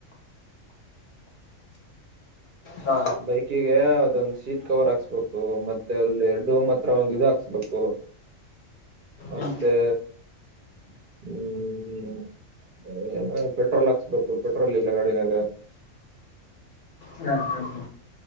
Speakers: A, on the left (about 50°); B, on the right (about 55°).
A: ಹಾ
B: ಬೈಕಿಗೆ ಅದೊಂದ ಸೀಟ್ ಕವರ್ ಹಾಕ್ಸ್ಬೇಕು ಮತ್ತೆ ಅಲ್ಲಿ ಡೋಮ್ ಹತ್ರ ಒಂದ ಇದು ಹಾಕ್ಸ್ಬೇಕು ಮತ್ತೆ
A: ಹ್ಮ್
B: ಹ್ಮ್ ಏನ ಪೆಟ್ರೋಲ್ ಹಾಕ್ಸ್ಬೇಕು ಪೆಟ್ರೋಲ್ ಇಲ್ಲ ಗಾಡಿನಾಗ
A: ಹ್ಮ್ ಹ್ಮ್ ಹ್ಮ